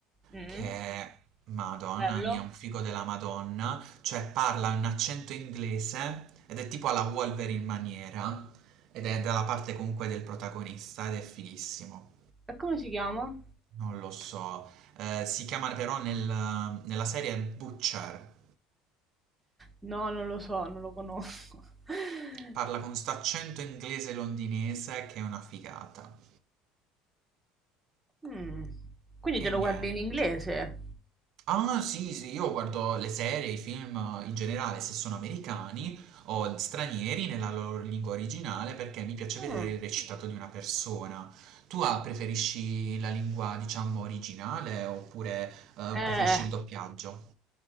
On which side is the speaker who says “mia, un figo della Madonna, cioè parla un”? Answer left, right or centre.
Right